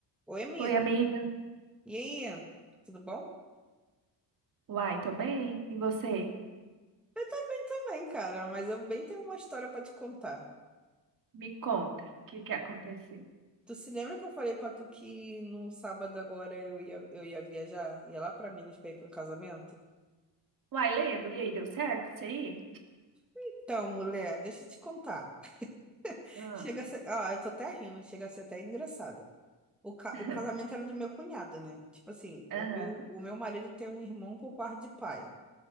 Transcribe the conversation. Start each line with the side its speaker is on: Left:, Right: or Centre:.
Centre: Oi, amigo.
Right: Oi, amiga.
Centre: E aí? Tudo bom?
Right: Uai, tô bem. E você?
Centre: Eu tô bem também, cara, mas eu bem tenho uma história pra te contar.
Right: Me conta, o que que aconteceu?
Centre: Tu se lembra que eu falei pra tu que no sábado agora eu ia, eu ia viajar? Ia lá pra Minas pra ir pra um casamento?
Right: Uai, lembro. E aí, deu certo isso aí?
Centre: Então, mulher, deixa eu te contar. <laughs>
Right: Ah,
Centre: Chega a ser... Ah, eu tô até rindo, chega a ser até engraçada. O, ca...
Right: <laughs>
Centre: o casamento era do meu cunhado, né? Tipo assim,
Right: aham.
Centre: o meu, o meu marido tem um irmão por parte de pai.